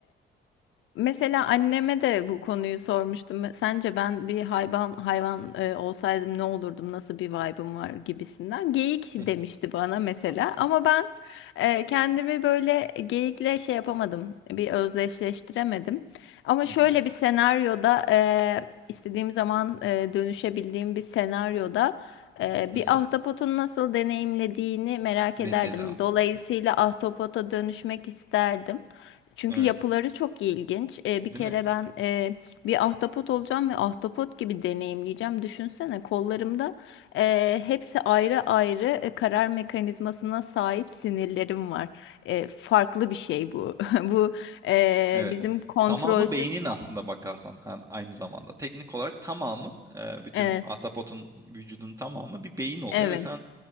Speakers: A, on the left; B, on the right.
A: Mesela anneme de bu konuyu sormuştum. Sence ben bir hayvan hayvan e, olsaydım ne olurdum? Nasıl bir vibe'ım var gibisinden. Geyik demişti
B: mi?
A: bana mesela.
B: Ha, çok
A: Ama
B: iyi.
A: ben e, kendimi böyle geyikle şey yapamadım. Bir özdeşleştiremedim. Ama
B: Hı
A: şöyle
B: hı,
A: bir senaryoda e, istediğim zaman e, dönüşebildiğim bir senaryoda e,
B: hı
A: bir
B: hı.
A: ahtapotun nasıl deneyimlediğini merak
B: Mesela.
A: ederdim. Dolayısıyla ahtapota dönüşmek isterdim. Çünkü
B: Evet.
A: yapıları çok ilginç. Ee,
B: Değil
A: bir kere
B: mi?
A: ben e, bir ahtapot olacağım ve ahtapot gibi deneyimleyeceğim. Düşünsene kollarımda e, hepsi ayrı ayrı e, karar mekanizmasına sahip sinirlerim var. E, farklı bir şey bu. <laughs> Bu e,
B: Evet.
A: bizim kontrolsüz.
B: Tamamı beynin aslında bakarsan hem aynı zamanda. Teknik olarak tamamı e, bütün
A: E,
B: atapotun vücudun tamamı bir beyin oluyor
A: evet.
B: ve sen